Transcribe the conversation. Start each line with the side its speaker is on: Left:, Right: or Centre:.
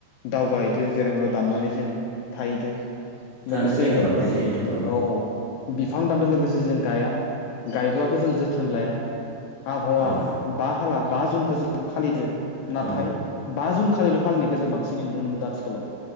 Left: दावगाहैदो जेराव मेराव दानानै जों थाहैदो।
Right: थानो
Left: लोगोसेनो
Right: जायगा लाबाय
Left: औ
Right: जिहेथु
Left: औ बिफां दानदों लोगोसे जों गाया गायब्लाबो जों जोथोन लाया। आबहावा
Right: औ
Left: बा हालार बा जुनखौ जों फालिदो नाथाय
Right: औ
Left: बा जुन खालिल' फालिनायखौ जों बांसिन नुनो मोनदों आथिखालाव